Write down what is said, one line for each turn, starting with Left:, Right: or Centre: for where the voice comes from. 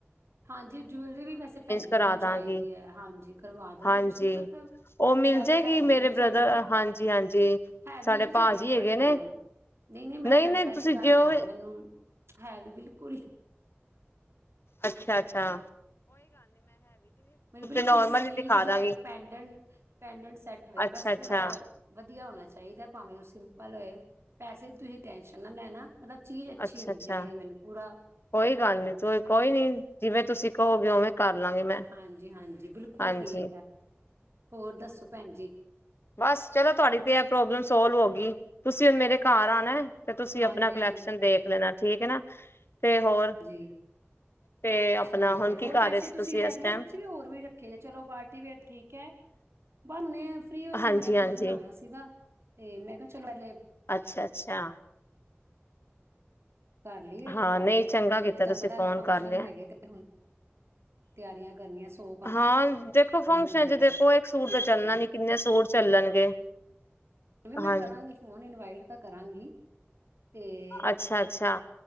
Right: ਹਾਂਜੀ ਜੁਅਲਰੀ ਵੀ ਵੈਸੇ ਭੈਣਜੀ
Left: ਕਰਾ
Right: ਮੈਨੂੰ ਚਾਹੀਦੀ
Left: ਦਾਂਗੀ,
Right: ਏ। ਹਾਂਜੀ ਕਰਵਾ ਦੇਨਾ
Left: ਹਾਂਜੀ
Right: ਤੁਸੀਂ ਪਟ
Left: ਉਹ ਮਿਲ
Right: ਜ਼ਿਆਦਾ
Left: ਜਾਏਗੀ
Right: ਹੈਵੀ
Left: ਮੇਰੇ
Right: ਨਈ
Left: ਬ੍ਰਦਰ
Right: ਚਾਹੀਦਾ।
Left: ਹਾਂਜੀ-ਹਾਂਜੀ।
Right: ਹੈਵੀ
Left: ਸਾਡੇ
Right: ਨਹੀਂ ਚਾਹੀਦੀ
Left: ਭਾਜੀ ਹੈਗੇ
Right: ਪਟ
Left: ਨੇ
Right: ਮੈਨੂੰ। ਨਈ, ਨਈ ਮੈਂ
Left: ਨਹੀਂ-ਨਹੀਂ
Right: ਤੁਹਾਨੂੰ ਪਹਿਲੇ
Left: ਤੁਸੀਂ
Right: ਦੱਸਦਾ
Left: ਜਿਉ
Right: ਮੈਨੂੰ, ਹੈਵੀ ਬਿਲਕੁਲ ਹੀ
Left: ਅੱਛਾ, ਅੱਛਾ।
Right: ਮੈਨੂੰ ਬਿਲਕੁਲ
Left: ਨੋਰਮਲ
Right: ਸਲੀਕ
Left: ਹੀ ਦਿਖਾ
Right: ਜਾਂ
Left: ਦਾਂਗੀ
Right: ਇੱਕ ਪੈਂਡਨਟ- ਪੈਂਡਟ ਸੈੱਟ ਹੋਏ।
Left: ਅੱਛਾ-ਅੱਛਾ,
Right: ਬਸ ਥੋੜਾ ਜ ਵਧੀਆ ਹੋਣਾ ਚਾਹੀਦਾ ਭਾਵੇਂ ਉਹ ਸਿੰਪਲ ਹੋਏ। ਪੈਸੇ ਦੀ ਤੁਸੀਂ ਟੈੈਂਸ਼ਨ ਨਾ ਲੈਣਾ। ਮਤਲਬ ਚੀਜ਼ ਅੱਛੀ
Left: ਅੱਛਾ
Right: ਹੋਣੀ
Left: -ਅੱਛਾ
Right: ਚਾਹੀਦੀ ਮੈਨੂੰ ਪੂਰਾ
Left: ਕੋਈ ਗੱਲ ਨੀ ਕੋਈ ਨੀ, ਜਿਵੇਂ ਤੁਸੀਂ ਕਹੋਗੇ ਉਵੇਂ ਕਰ ਲਾਂਗੀ ਮੈਂ
Right: ਹਾਂਜੀ -ਹਾਂਜੀ ਬਿਲਕੁਲ
Left: ਹਾਂਜੀ
Right: ਠੀਕ ਹੈ। ਹੋਰ ਦੱਸੋ ਭੈਣ ਜੀ,
Left: ਬਸ ਚਲੋ ਤੁਹਾਡੀ ਤੇ ਇਹ ਪ੍ਰੋਬਲਮ ਸੋਲਵ ਹੋ ਗਈ। ਤੁਸੀਂ ਮੇਰੇ ਘਰ ਆਣਾ। ਤੇ ਤੁਸੀਂ
Right: ਹਾਂਜੀ
Left: ਆਪਣਾ ਕਲੈਕਸ਼ਨ ਦੇਖ ਲੈਣਾ। ਠੀਕ ਹੈ, ਨਾ ਤੇ ਹੋਰ
Right: ਜੀ,
Left: ਤੇ ਆਪਣਾ
Right: ਠੀਕ
Left: ਹੁਣ
Right: ਹੈ,
Left: ਕੀ
Right: ਹੋਰ
Left: ਕਰ
Right: ਵੈਸੇ
Left: ਰਹੇ ਸੀ
Right: ਤੁਸੀਂ ਰੈਗੂਲਰ
Left: ਇਸ ਟਾਈਮ
Right: ਚ ਵੀ ਹੋਰ ਵੀ ਰੱਖੇ ਚਲੋ, ਪਾਰਟੀ ਵੇਅਰ ਠੀਕ ਹੈ। ਪਰ ਨੇਲਸ ਫਰੀ ਹੋਈ ਸੀ
Left: ਹਾਂਜੀ
Right: ਹੁਨੇ, ਖਾਣ
Left: ਹਾਂਜੀ
Right: ਬਣਾਉਣਾ ਸੀਗਾ। ਤੇ ਮੈਂ ਕਿਹਾ -ਚਲੋ ਲੇ
Left: ਅੱਛਾ- ਅੱਛਾ।
Right: ਕਰ ਲਈਏ ਥੋੜਾ,
Left: ਹਾਂ ਨਹੀਂ ਚੰਗਾ ਕੀਤਾ
Right: ਹਜੇ ਤੁਹਾਨੂੰ
Left: ਤੁਸੀਂ
Right: ਪਤਾ
Left: ਫੋਨ
Right: ਫੰਕਸ਼ਨ
Left: ਕਰ ਲਿਆ
Right: ਹੈਗੇ ਤੇ ਹੁਣ ਤਿਆਰੀਆਂ ਕਰਨੀਆਂ ਸੌ
Left: ਹਾਂ। ਦੇਖੋ,
Right: ਕੰਮ
Left: ਫੰਕਸ਼ਨ
Right: ਹੁੰਦੇ
Left: ਚ ਦੇਖੋ ਇੱਕ ਸੂਰ ਤਾਂ ਚੱਲਣਾ
Right: ਆ
Left: ਨੀ ਕਿੰਨੇ ਸੂਰ ਚੱਲਣਗੇ।
Right: ਕ ਵੀ ਮੈਂ
Left: ਹਾਂਜੀ
Right: ਕਰਾਂਗੀ ਫੋਨ ਇਨਵਾਟ ਤਾਂ ਕਰਾਂਗੀ। ਤੇ
Left: ਅੱਛਾ -ਅੱਛਾ